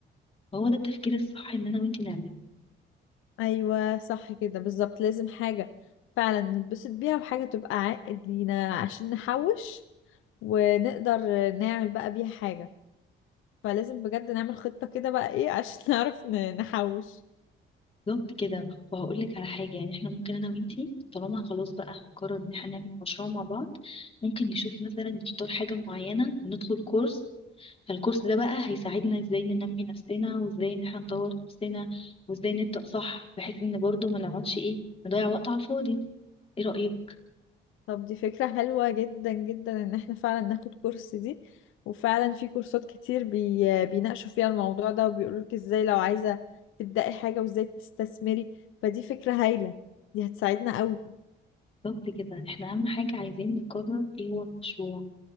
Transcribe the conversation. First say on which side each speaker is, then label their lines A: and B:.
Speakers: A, on the left (about 30°); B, on the left (about 85°).
A: فهو ده التفكير الصح ان انا وانتي نعمله
B: ايوه صح كده بالظبط لازم حاجه فعلا نتبسط بيها وحاجه تبقى عائد لينا عشان نحوش ونقدر نعمل بقى بيها حاجة فلازم بجد نعمل خطة كده بقى ايه عشان <laughs> نعرف ن- نحوش
A: بالظبط كده وهقول لك على حاجة يعني احنا ممكن انا وانتي طالما خلاص بقى هنقرر ان احنا نعمل مشروع مع بعض ممكن نشوف مثلا نختار حاجة معينة وندخل كورس فالكورس ده بقى هيساعدنا ازاي ننمي نفسنا وازاي ان احنا نطور نفسنا وازاي نبدأ صح بحيث ان برضو ما نقعدش ايه نضيع وقت على الفاضي ايه رأيك
B: طب دي فكرة حلوة جدا جدا ان احنا فعلا ناخد كورس دي وفعلا في كورسات كتير بي... بيناقشوا فيها الموضوع ده وبيقولولك ازاي لو عايزة تبدأي حاجة وازاي تستثمري فدي فكرة هايلة دي هتساعدنا قوي
A: بالظبط كده احنا اهم حاجة عايزين نقرر ايه هو المشروع